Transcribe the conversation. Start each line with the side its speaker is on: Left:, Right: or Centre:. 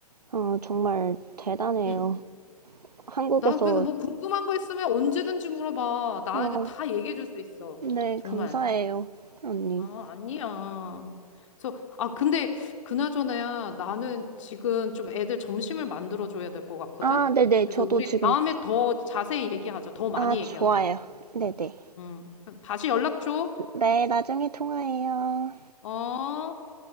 Right: 어, 정말 대단해요.
Left: 응.
Right: 한국에서
Left: 나 그래서 뭐 궁금한 거 있으면 언제든지 물어봐. 나는
Right: 어,
Left: 다 얘기해 줄 수 있어.
Right: 네,
Left: 정말.
Right: 감사해요, 언니.
Left: 아, 아니야. 그래서, 아, 근데, 그나저나야, 나는 지금 좀 애들 점심을 만들어줘야 될 것 같거든?
Right: 아, 네네,
Left: 그래서
Right: 저도
Left: 우리
Right: 지금
Left: 다음에 더 자세히 얘기하자. 더 많이
Right: 아,
Left: 얘기하자.
Right: 좋아요. 네네. 네,
Left: 응. 그럼 다시 연락 줘.
Right: 네, 나중에 통화해요.
Left: 어?